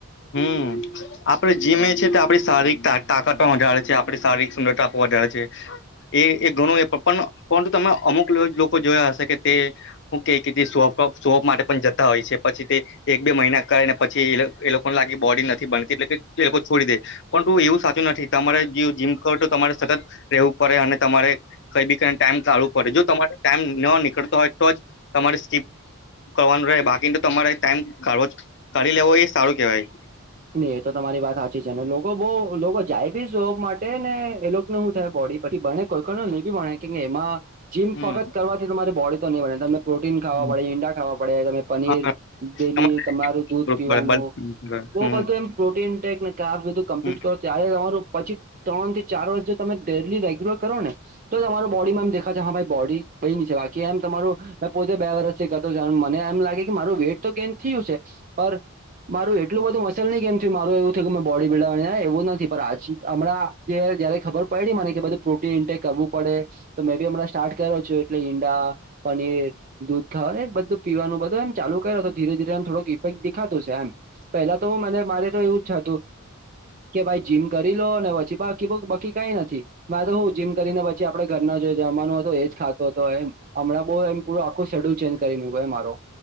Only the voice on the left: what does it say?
હમ આપડ જીમે છે તે આપણી શારીરિક તાકાત પણ વધારે છે આપણી શારીરિક સુંદરતા વધારે છે એ એક ઘણું એ પરંતુ તમે અમુક લોકો જોયા હશે કે તે શું કે સોફ માટે પણ જતા હોય છે પછી તે એક બે મહિના કરે ને પછી એ લોકો પણ લાગી બોડી નથી બનતી એટલે કે એ લોકો છોડી દે પણ તું એવું સાચું નથી તમારે જે જીમ ક તો તમારે સતત રહેવું પડે અને તમારે કઈ બી કઈને ટાઈમ કાઢવું પડે જો તમારે ટાઈમ ન નીકળતો હોય તો જ તમારે સ્કીપ કરવાનું રહે બાકીને તમારે ટાઈમ કાઢવો કાી લેવો એ સારું કે ભાઈ
હમ
હમ
હા
તમા
બરાબર
હમ
હમ